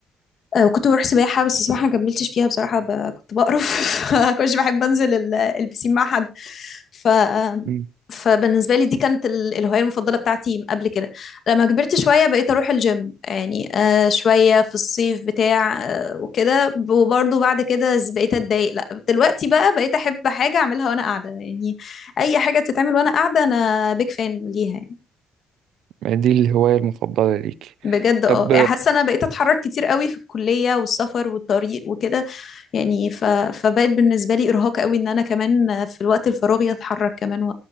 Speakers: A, on the left; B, on the right.
A: آه، وكنت بروح سباحة بس السباحة ما كملتش فيها بصراحة ب... كنت بقرف <laughs> فكنتش بحب انزل ال- البسين مع حد ف
B: مم.
A: فبالنسبة لي دي كانت ال- الهواية المفضلة بتاعتي من قبل كده لما كبرت شوية بقيت اروح الجيم يعني آه شوية في الصيف بتاع آه وكده وبرضه بعد كده ز- بقيت اتضايق لا دلوقتي بقى بقيت احب حاجة اعملها وانا قاعدة يعني اي حاجة بتتعمل وانا قاعدة انا بيك فان ليها يعني
B: يعني دي الهوايه المفضله ليكي
A: بجد اه
B: طب
A: يعني حاسة انا بقيت اتحرك كتير قوي في الكلية والسفر والطريق وكده يعني ف... فبقت بالنسبة لي ارهاق قوي ان انا كمان في الوقت الفراغي اتحرك كمان و...